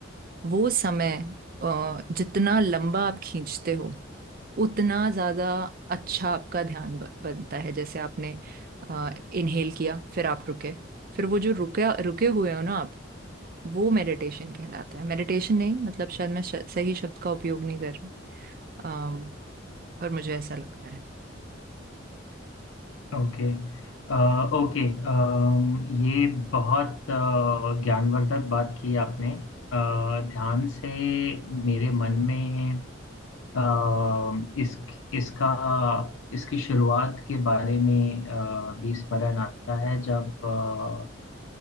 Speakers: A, on the right; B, on the left.
A: वो समय अ, जितना लंबा आप खींचते हो उतना ज्यादा अच्छा आपका ध्यान ब- बनता है जैसे आपने इनहेल किया फिर आप रुके फिर वो जो रुके रुके हुए हो ना आप वो मेडिटेशन कहलाता है मेडिटेशन नहीं मतलब शायद मैं श- सही शब्द का उपयोग नहीं कर अम, पर मुझे ऐसा लगता है
B: ओके अ, ओके अम, ये बहुत अ, ज्ञानवर्धक बात की आपने अ, ध्यान से मेरे मन में अ, इस इसका इसकी शुरुआत के बारे में अ, भी स्मरण आता है जब अ,